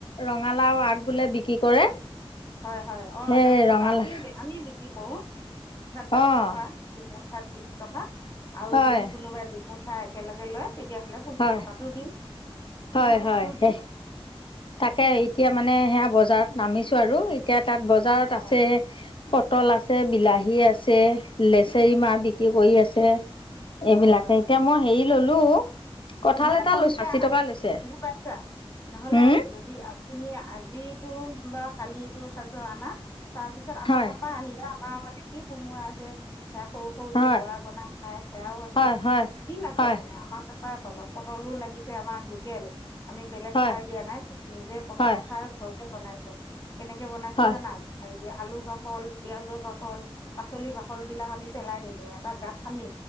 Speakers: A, on the left; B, on the left.
A: ৰঙালাওঁ আগ বোলে বিক্ৰী কৰে।
B: হয় হয় অ
A: সেই
B: দহ টকা
A: ৰঙালাও
B: আমি আমি বিক্ৰী কৰোঁ মুঠাত দহ
A: অঁ
B: টকা। মুঠাত বিশ টকা আৰু
A: হয়
B: যদি কোনোবাই দুমুঠা একেলগে লয়। তেতিয়াহ'লে পোন্ধৰ
A: হয়
B: টকাটো দিওঁ। পোন্ধৰ
A: হয়
B: টকাটো
A: হয়
B: দিওঁ
A: হে তাকে এতিয়া মানে সেয়া বজাৰত। নামিছো আৰু এতিয়া তাত বজাৰত
B: হয়
A: আছে। পটল আছে বিলাহী আছে লেচৰি মাহ বিক্ৰী কৰি আছে। এইবিলাকে
B: হয় হয়
A: এতিয়া মই হেৰি ল'লো। কঁঠাল
B: নহ'লে
A: এটা
B: কমকে
A: লৈছো আশী
B: আনা
A: টকা লৈছে
B: বুজি পাইছা নহ'লে।
A: উম
B: ইফালে যদি তুমি আজিতো বা কালিতো। <unintelligible> তাৰপিছত আমাৰ
A: হয়
B: তাৰপা আনিবা, আমাৰ মানে কি কোমোৱা যে সেয়া সৰু সৰু
A: হয়
B: যে বৰা বনাই খাই সেয়াও আছে।
A: হয় হয়
B: যি লাগে
A: হয়
B: মানে, আমাৰ তাপায় পাবা। পটলো লাগিছে আমাৰ লোকেল। আমি বেলেগ
A: হয়
B: সাৰ দিয়া নাই, চব নিজে পচন্দ
A: হয়
B: সাৰ ঘৰত বনাইছো। কেনেকে বনাইছো
A: হয়
B: জানা! ভ আলু বাকল, পিয়াজৰ বাকল, পাচলি বাকল বিলাক আমি পেলাই নিদিওঁ। এটা গাঁত খানী